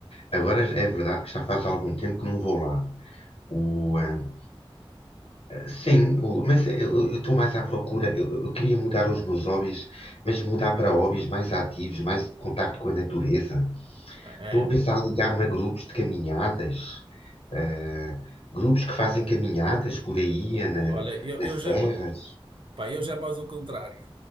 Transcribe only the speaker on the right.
Ah, É,
olha, eu,
eu já.
Pá, eu já é mais o contrário.